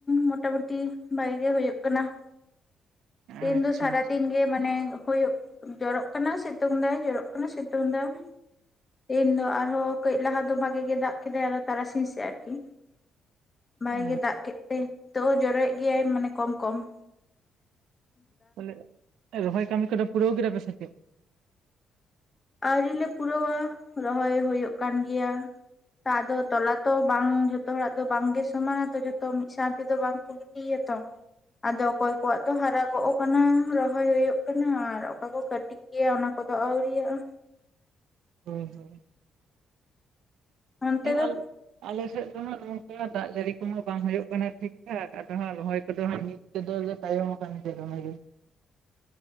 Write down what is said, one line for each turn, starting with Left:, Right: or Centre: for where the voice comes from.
Left: ᱢᱚᱴᱟᱢᱩᱴᱤ ᱵᱷᱟᱜᱮ ᱜᱮ ᱦᱳᱭᱳᱜ ᱠᱟᱱᱟ ᱾ ᱛᱤᱦᱤᱱ
Right: ᱟᱪᱪᱷᱟ
Left: ᱫᱚ ᱥᱟᱨᱟ
Right: ᱟᱪᱪᱷᱟ
Left: ᱫᱤᱱ ᱜᱮ ᱢᱟᱱᱮ ᱦᱳᱭᱳᱜ ᱡᱚᱨᱚᱜ ᱠᱟᱱᱟ ᱥᱮᱛᱳᱝ ᱫᱟᱭ ᱡᱚᱨᱚ ᱠᱟᱱᱟ ᱥᱮᱛᱳᱝ ᱫᱟ ᱾ ᱛᱮᱦᱮᱱ ᱫᱚ ᱟᱨᱦᱚᱸ ᱠᱟᱹᱡ ᱞᱟᱦᱟ ᱫᱚ ᱵᱷᱟᱜᱮ ᱜᱮ ᱫᱟᱜ ᱠᱮᱫᱟᱭ ᱟᱨᱚ ᱛᱟᱨᱟᱥᱤᱧ ᱥᱮᱜ ᱟᱨᱠᱤ ᱾ ᱵᱷᱟᱜᱮ
Right: ᱚ
Left: ᱜᱮ ᱫᱟᱜ ᱠᱮᱫ ᱛᱮ ᱱᱤᱛᱳᱜ ᱦᱚᱸ ᱡᱚᱨᱚᱭᱮᱜ ᱜᱮᱭᱟᱭ ᱢᱟᱱᱮ ᱠᱚᱢ ᱠᱚᱢ ᱾
Right: ᱢᱟᱱᱮ ᱨᱚᱦᱚᱭ ᱠᱟᱹᱢᱤ ᱠᱚᱫᱚ ᱯᱩᱨᱟᱹᱣ ᱠᱮᱫᱟ ᱯᱮ ᱥᱮ ᱪᱮᱫ?
Left: ᱟᱹᱣᱨᱤ ᱞᱮ ᱯᱩᱨᱟᱹᱣᱟ ᱨᱚᱦᱚᱭ ᱦᱳᱭᱳᱜ ᱠᱟᱱ ᱜᱮᱭᱟ ᱾ ᱛᱚ ᱟᱫᱚ ᱛᱚᱞᱟ ᱛᱚ ᱵᱟᱝ ᱡᱷᱚᱛᱚ ᱦᱚᱲᱟᱜ ᱫᱚ ᱵᱟᱝᱜᱮ ᱥᱚᱢᱟᱱᱟ ᱛᱚ ᱡᱚᱛᱚ ᱢᱤᱫ ᱥᱟᱶᱛᱮ ᱛᱮ ᱫᱚ ᱵᱟᱝ ᱤᱭᱟᱹ ᱛᱚ ᱾ ᱟᱫᱚ ᱚᱠᱚᱭ ᱠᱚᱣᱟᱜ ᱫᱚ ᱦᱟᱨᱟ ᱜᱚᱜ ᱠᱟᱱᱟ, ᱨᱚᱦᱚᱭ ᱦᱳᱭᱳᱜ ᱠᱟᱱᱟ, ᱟᱨ ᱚᱠᱚᱭ ᱠᱚ ᱠᱟᱹᱴᱤ ᱜᱮᱭᱟ ᱚᱱᱟ ᱠᱚᱫᱚ ᱟᱹᱣᱨᱤᱭᱟᱜᱼᱟ᱾
Right: ᱦᱩᱸ ᱦᱩᱸ᱾
Left: ᱚᱱᱛᱮ
Right: ᱦᱮᱸ
Left: ᱫᱚ
Right: ᱟᱞ ᱟᱞᱮ ᱥᱮᱫ ᱫᱚ ᱦᱟᱸᱜ ᱱᱚᱝᱠᱟ ᱫᱟᱜ ᱡᱟᱹᱲᱤ ᱠᱚᱦᱚᱸ ᱵᱟᱝ ᱦᱳᱭᱳᱜ ᱠᱟᱱᱟ ᱴᱷᱤᱠᱴᱷᱟᱠ ᱟᱫᱚ ᱦᱟᱸᱜ ᱨᱚᱦᱚᱭ ᱠᱚᱫᱚ ᱦᱟᱸᱜ ᱛᱮᱫᱚ ᱞᱮ ᱛᱟᱭᱚᱢ ᱠᱟᱱ ᱜᱮᱭᱟ ᱫᱚᱢᱮ ᱜᱮ ᱾